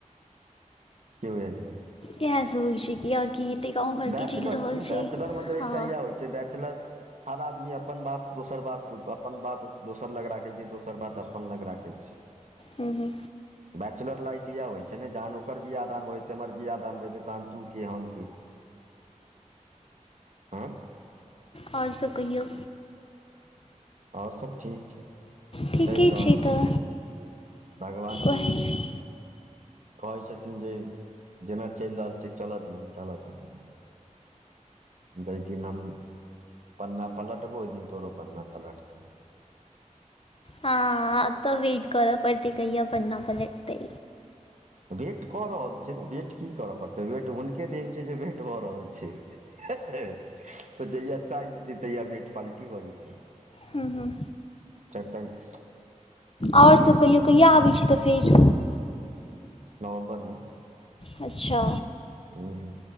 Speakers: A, on the right; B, on the left.
A: के भ आजबै
B: इएह सब होइ छै कि आओर की हेतै गाँव घरके
A: बैचलर
B: चलि रहल
A: छै ने बैचलर मतलब
B: हँ
A: एकटा इएह होइ छै बैचलर हर आदमी अपन बात दोसर बात अपन बात दोसर लग राखैत छै दोसर बात अपन लग राखैत छै <unintelligible>
B: हू हू
A: बैचलर लाइफ इएह होइ छै ने जान ओकर बिया दान होे हमर बियाह दान हो तहन तू के हम के हँ
B: ओर सभ कहियौ
A: और सभ ठीक छै
B: ठीके
A: चैल रहल छै
B: तऽ
A: भगवान
B: उएह छै
A: कहै छथिन जे जेना चैल रहल छै चल दही चल दही जे दिनम पन्ना पलटबो ओ दिन तोरो पन्ना पलट तो
B: हाँ तऽ वेट करऽ पड़तै कहिया पन्ना नहि पलटतै
A: वेट कऽ रहल छियै ने वेट की करय पड़तै वेट हुनके देिन छै जे वेट भऽ रहल छै त जहिआ चाइ ज तहिआ वेट पालटी भ जतै
B: हँ हँ
A: <unintelligible>
B: और
A: की
B: सभ कहियो कहिया आबैत छी तऽ फेर
A: नवम्बरमे
B: अच्छा
A: हममम